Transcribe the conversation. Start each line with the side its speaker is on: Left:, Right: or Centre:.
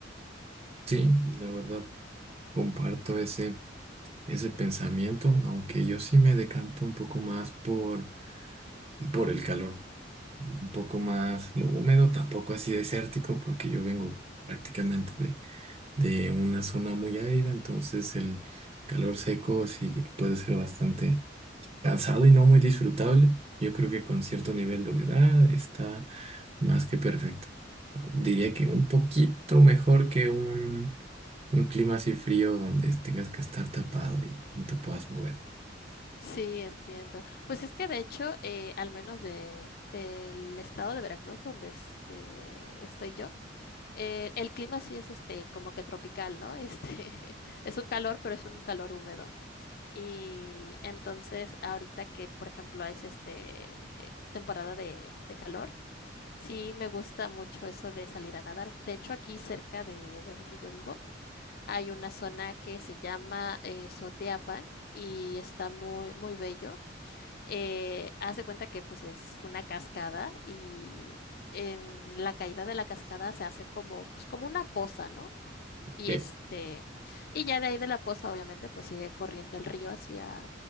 Right: sí, la verdad, comparto ese, ese pensamiento, aunque yo sí me decanto un poco más por, por el calor, un poco más lo húmedo, tampoco así desértico, porque yo vengo prácticamente de, de una zona muy árida, entonces el calor seco sí puede ser bastante cansado y no muy disfrutable. Yo creo que con cierto nivel de humedad está más que perfecto. Diría que un poquito mejor que un, un clima así frío donde tengas que estar tapado y no te puedas mover.
Left: Sí, entiendo. Pues es que de hecho, eh, al menos de, del estado de Veracruz, donde este, estoy yo, Eh, el clima sí es este como que tropical, ¿no? Este <laughs> es un calor, pero es un calor húmedo. Y entonces ahorita que, por ejemplo, es este eh, temporada de, de calor, sí me gusta mucho eso de salir a nadar. De hecho, aquí cerca de, de donde yo vivo hay una zona que se llama eh, Soteapan y está muy, muy bello eh, haz de cuenta que pues es una cascada y en la caída de la cascada se hace como, pues, como una poza, ¿no? Y
Right: Eh,
Left: este, y ya de ahí de la poza, obviamente, pues sigue corriendo el río hacia,